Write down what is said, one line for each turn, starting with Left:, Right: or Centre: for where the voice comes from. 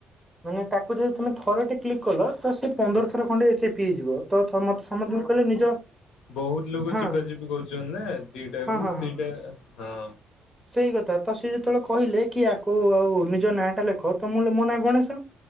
Centre: ମାନେ ତାକୁ ଯଦି ତମେ ଥର ଟେ କ୍ଲିକ୍ କଲ। ତ ସେ ପନ୍ଦର
Left: ହଁ
Centre: ଥର ଖଣ୍ଡେ ଏ ଚିପି ହେଇଯିବ ତ ମତେ ସମସ୍ତେ କହିଲେ ନିଜ
Left: ବହୁତ୍ ଲୋକ
Centre: ହଁ
Left: ଚିପା ଚିପି କରୁଛନ୍ତି ନା ଦିଟାକୁ
Centre: ହଁ ହଁ ହଁ
Left: ସେଇଟା ହଁ।
Centre: ସେଇ କଥା ତ ସିଏ ଯେତେବେଳେ କହିଲେ କି ଆକୁ ଆଉ ନିଜ ନାଁ ଟା ଲେଖ ତ ମୁଁ ମୋ ନାଁ ଗଣେଶ।